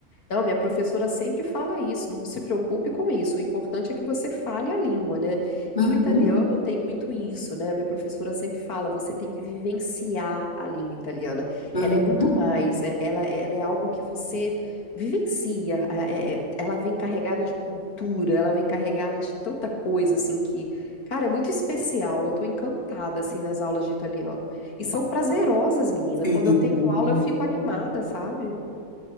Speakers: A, on the left (about 85°); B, on the left (about 35°).
A: Não, minha professora sempre fala isso, não se preocupe com isso. O importante é que você fale a língua, né?
B: Uhum,
A: E o italiano tem muito isso, né? Minha professora sempre fala, você tem que vivenciar a língua italiana.
B: uhum,
A: Ela é muito mais, é- ela, ela é algo que você vivencia. a- é- é- Ela vem carregada de cultura, ela vem carregada de tanta coisa, assim, que, cara, é muito especial. Eu tô encantada, assim, nas aulas de italiano. E são prazerosas, menina.
B: uhum.
A: Quando eu tenho aula, eu fico animada, sabe?